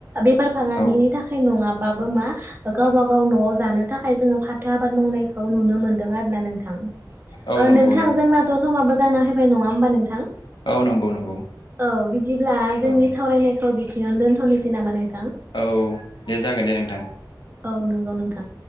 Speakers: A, on the right (about 25°); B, on the left (about 80°).
A: बेफार फालांगिनि
B: औ
A: थाखाय नङाबा मा गावबा गाव न'आव जानो थाखाय जोङो फाथो आबाद मावनायखौ नुनो मोनदों आरो नोंथां
B: औ नंगौ
A: नोंथां जोंनाथ' समाबो जाना फैबाय नङा होमबा नोंथां
B: औ नंगौ नंगौ
A: औ बिदिब्ला जोंनि
B: औ
A: सावरायनायखौ दोनथ'नोसै नामा नों
B: औ दे जागोन दे नोंथां
A: औ नंगौ नोंथां